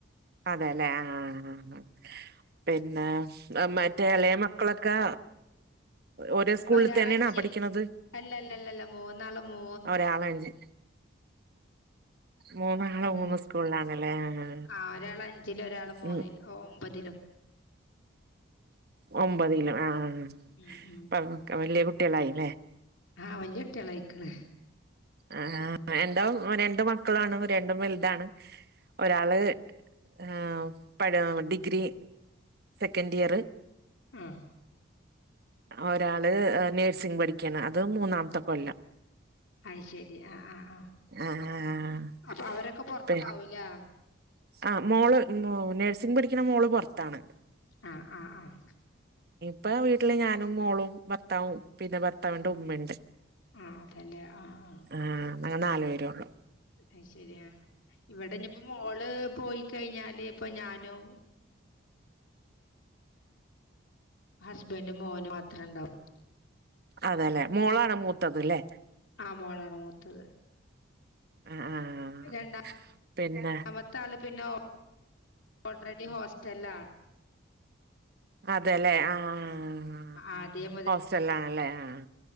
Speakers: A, on the right (about 50°); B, on the left (about 70°).
A: അതെല്ലെ ആഹ് പിന്നെ മറ്റേ ഇളയ മക്കളൊക്കെ ഒരേ സ്കൂളിൽ
B: ഒരാള്
A: തന്നെയണാ
B: അഞ്ച്
A: പഠിക്ക്ണത്
B: അല്ലല്ലല്ലല്ല മൂന്നാളു മൂ
A: ഒരാളഞ്ച് മൂന്നാള്
B: ഉം
A: മൂന്ന് സ്കൂള്ലാണ്ലേ ആഹാ
B: ആ ഒരാള് അഞ്ചിലും ഒരാള് മൂന്നിലും
A: ഉം
B: ഒമ്പതിലും
A: ഒമ്പത്കിലൊ ആഹ്
B: ഉം ഉം
A: അതൊക്കെ വലിയ കുട്ടികളായി ല്ലേ?
B: ആഹ് വല്ല്യായ കുട്ടൃള് അയ്ക്ക്ണ
A: ആഹ് എന്റെ രണ്ട് മക്കളാണ് രണ്ടും വലുതാണ് ഒരാള് ആ പട ഡിഗ്രി സെക്കൻഡ് ഇയർ
B: ആഹ്
A: ഒരാള് നഴ്സിംഗ് പഠിക്കാണ് അത് മൂന്നാംത്തെ കൊല്ലം
B: അയ് ശെരി ആഹ് ആഹ് ആഹ്
A: ആഹ്
B: അപ്പ അവരൊക്കെ പൊർത്താവും
A: പി
B: ലേ
A: ആഹ് മോള് നഴ്സിംഗ് പഠിക്കണ മോള് പുറത്താണ്
B: ആഹ് ആഹ് ആഹ്
A: ഇപ്പ വീട്ടില് ഞാനും മോളും ഭർത്താവും പിന്നെ ഭർത്താവിന്റെ ഉമ്മണ്ട്.
B: ആഹ് അതലെ ആഹ് ആഹ്
A: ആഹ് ഞങ്ങള് നാല് പേരേ ഒള്ളു
B: അയ്ശരിയാ ആഹ് ഇവിടെനിപ്പോ മോള് പോയി കഴിഞ്ഞാല് ഇപ്പൊ ഞാനും ഹസ്ബൻഡും മോനും മാത്രണ്ടാവും
A: അതേലേ മോളാണ് മൂത്തത് ലേ
B: ആ മോളാണ് മൂത്തത്
A: ആഹ് ആഹ്
B: പിന്നെ രണ്ടാമ
A: പിന്നെ
B: ത്തെ ആൾ പിന്നെ ഓൾറെഡി ഹോസ്റ്റലിൽ ആണ്
A: അതേല്ലേ ആഹ് ആ ആ
B: ആദ്യേ
A: ഹോസ്റ്റൽലാണ്ല്ലേ ആ ആ